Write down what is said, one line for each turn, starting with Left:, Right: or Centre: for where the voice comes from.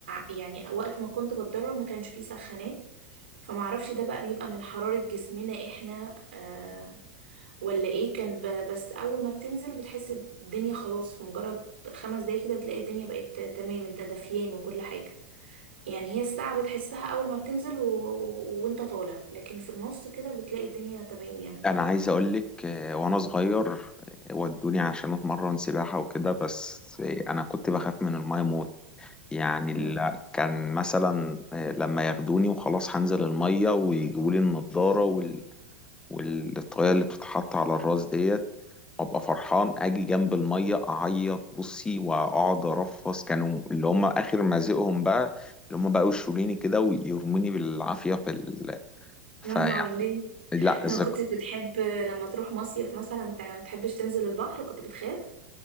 Right: أ- يعني وقت ما كنت بتدرب ما كانش فيه سخانات فمعرفش ده بقى بيبقى من حرارة جسمنا احنا آه ولا ايه كان ب- بس اول ما بتنزل بتحس الدنيا خلاص مجرد خمس دقايق كده بتلاقي الدنيا بقت تمام انت دافيان وكل حاجة يعني هي الساعة بتحسها أول ما بتنزل و... و... وانت طالع لكن في النص كده بتلاقي الدنيا تمام يعني
Left: انا عايز اقولك آه، وانا صغير آه، ودوني عشان اتمرن سباحة وكده بس آه، انا كنت بخاف من الماية موت يعني ال-
Right: مم.
Left: كان مثلا آه، لما ياخدوني وخلاص هنزل المية ويجيبولي النضارة والطريقة اللي بتتحط على الراس ديت وابقى فرحان اجي جنب الميه اعيط بصي واقعد ارفص كانوا اللي هم اخر مزقهم بقى اللي هم بقى يشوليني كده ويرموني بالعافيه في ال... فيعني
Right: يا نهار ليه
Left: لا
Right: انت
Left: ذك...
Right: ما كنتش بتحب لما تروح مصيف مثلا تع- تحبش تنزل البحر كنت بتخاف